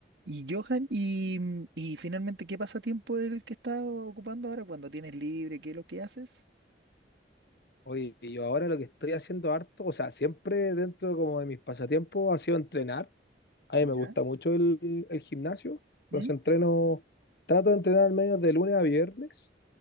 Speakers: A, on the right; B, on the left.
A: Y Johan, y, mm, y finalmente, ¿qué pasatiempo es el que estás ocupando ahora cuando tienes libre? ¿Qué es lo que haces?
B: Oye, yo ahora lo que estoy haciendo harto, o sea, siempre dentro como de mis pasatiempos ha sido entrenar. A mí
A: ¿Ya?
B: me gusta mucho el, el gimnasio, entonces
A: ¿Mm? <laughs>
B: entreno, trato de entrenar al menos de lunes a viernes,